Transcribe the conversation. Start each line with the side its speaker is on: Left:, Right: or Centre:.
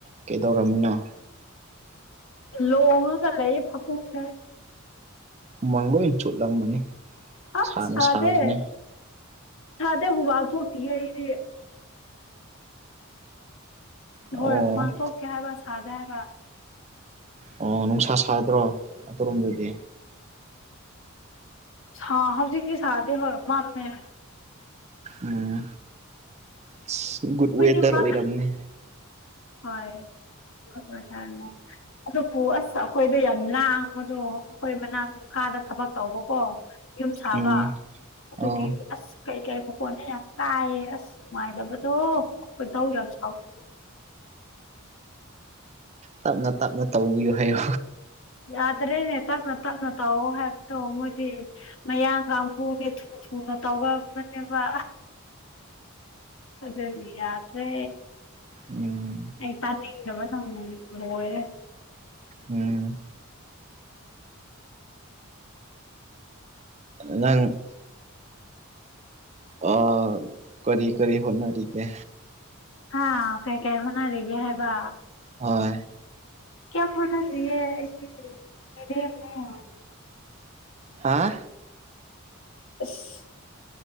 Right: ꯀꯩꯗꯧꯔꯝꯃꯤꯅꯣ
Left: ꯂꯣꯡꯉꯒ ꯂꯩ ꯐꯃꯨꯡꯗ
Right: ꯍꯨꯃꯥꯡ ꯂꯣꯏ ꯆꯨꯠꯂꯝꯃꯅꯤ
Left: ꯑ
Right: ꯁꯥꯅ
Left: ꯁꯥꯗꯦ
Right: ꯁꯥꯕꯅꯦ
Left: ꯁꯥꯗꯦ ꯍꯨꯃꯥꯡ ꯊꯣꯛꯇꯤꯌꯦ ꯑꯩꯗꯤ
Right: ꯑꯣ
Left: ꯍꯣꯏ ꯍꯨꯃꯥꯡ ꯊꯣꯛꯇꯦ ꯍꯥꯏꯕ ꯁꯥꯗꯦ ꯍꯥꯏꯕ
Right: ꯑꯣ ꯅꯨꯡꯁꯥ ꯁꯥꯗ꯭ꯔꯣ ꯑꯗꯣꯝꯗꯗꯤ
Left: ꯍ ꯍꯧꯖꯤꯛꯀꯤ ꯁꯥꯗꯦ ꯍꯣꯏ ꯃꯥꯝꯃꯦ
Right: ꯎꯝ ꯢꯁ ꯒꯨꯗ
Left: ꯈꯨꯗꯤꯡꯃꯛ
Right: ꯋꯦꯗꯔ ꯑꯣꯏꯔꯝꯅꯤ
Left: ꯍꯣꯏ <unintelligible> ꯑꯗꯨꯕꯨ ꯑꯁ ꯑꯩꯈꯣꯏꯗ ꯌꯥꯝ ꯂꯥꯡꯕꯗꯣ ꯑꯩꯈꯣꯏ ꯃꯅꯥꯛ ꯈꯥꯗ ꯊꯕꯛ ꯇꯧꯕꯀꯣ ꯌꯨꯝ ꯁꯥꯕ
Right: ꯎꯝ
Left: ꯑꯗꯨꯒꯤ
Right: ꯑꯣ
Left: ꯑꯁ ꯀꯩ ꯀꯩ ꯃꯈꯣꯟꯅꯣ ꯌꯥꯝ ꯇꯥꯏꯌꯦ ꯑꯁ ꯅꯨꯡꯉꯥꯏꯗꯕꯗꯣ ꯈꯣꯢꯗꯧ ꯌꯥꯝ ꯁꯥꯎꯅꯤꯡ
Right: ꯇꯞꯅ ꯇꯞꯅ ꯇꯧꯕꯤꯌꯨ ꯍꯥꯏꯌꯣ
Left: ꯌꯥꯗ꯭ꯔꯦꯅꯦ ꯇꯞꯅ ꯇꯞꯅ ꯇꯥꯛꯑꯣ ꯍꯥꯏꯕꯗꯣ ꯃꯣꯏꯗꯤ ꯃꯌꯥꯡ ꯀꯥꯡꯕꯨꯒꯤ ꯊꯨ ꯊꯨꯅ ꯇꯧꯕꯅꯦꯕ ꯑꯗꯨꯗꯅꯤ ꯌꯥꯗꯦ
Right: ꯎꯝ
Left: ꯑꯩ ꯇꯥꯅꯤꯡꯗꯕ ꯅꯪ ꯂꯣꯏꯔꯦ
Right: ꯎꯝ ꯅꯪ ꯑ ꯀꯔꯤ ꯀꯔꯤ ꯍꯣꯟꯅꯔꯤꯒꯦ
Left: ꯍꯥꯥ ꯀꯩ ꯀꯩ ꯍꯣꯠꯅꯔꯤꯒꯦ ꯍꯥꯏꯕ
Right: ꯍꯣꯏ
Left: <unintelligible>
Right: ꯍꯥ
Left: ꯑꯁ